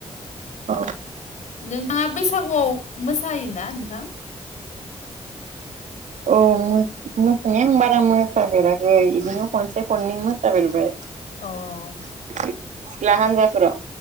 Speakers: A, on the right; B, on the left.
A: औ
B: नोंथाङा बैसागुआव मोसायोना नोंथां?
A: औ मो मोसानाया आं बारा मोसाफेराखै बिदिनो खनसे खननै मोसाफेरबाय।
B: औ।
A: सिख्ला हान्जाफोराव